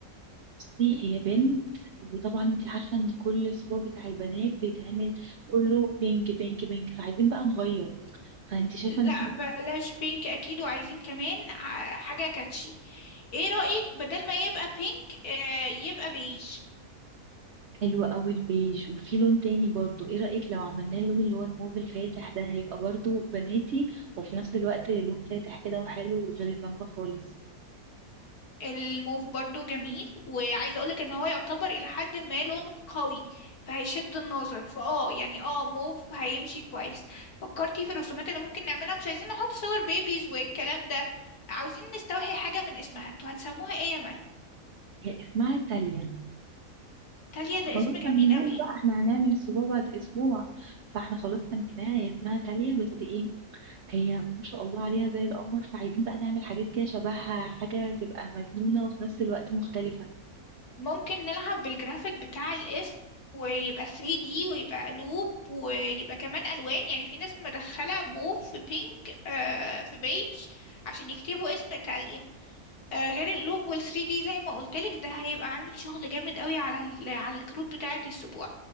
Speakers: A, on the right; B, on the left.
A: بصي، هي بنت وطبعا انت عارفة ان كل الاسبوع بتاع البنات بيتعمل كله بينك بينك بينك فعايزين بقى نغير فانت شايفه ان
B: لا
A: احنا
B: بلاش بينك اكيد وعايزين كمان ع- حاجة كاتشي ايه رأيك بدل ما يبقى بينك آه، يبقى بيج
A: حلو قوي البيج وفي لون تاني برضو ايه رايك لو عملناه اللون اللي هو الموف الفاتح ده هيبقى برضو بناتي وفي نفس الوقت لون فاتح كده وحلو غير البامبا خالص
B: الموف برضو جميل وعايزة اقولك ان هو يعتبر الى حد ما لون قوي فهيشد النظر فاه يعني اه موف هيمشي كويس فكرتي في الرسومات اللي ممكن نعملها مش عايزين نحط صور بيبيز والكلام ده عاوزين نستوحي حاجة من اسمها انتوا هتسموها ايه يا مي
A: هي اسمها تاليا
B: تاليا ده
A: خلاص
B: اسم جميل
A: سميناه
B: قوي
A: بقى احنا هنعمل السبوع بعد اسبوع فاحنا خلاص سميناها هي اسمها تاليا بس ايه هي ما شاء الله عليها زي القمر فعايزين بقى نعمل حاجات كده شبهها حاجه تبقى مجنونه وفي نفس الوقت مختلفه
B: ممكن نلعب بالجرافيك بتاع الاسم ويبقى 3D ويبقى قلوب ويبقى كمان ألوان يعني في ناس مدخلة موف في بينك آه في بيج عشان يكتبوا اسم إيطاليا آه غير القلوب وال 3D زي ما قلتلك ده هيبقى عامل شغل جامد قوي على ال- على الكروت بتاعة السبوع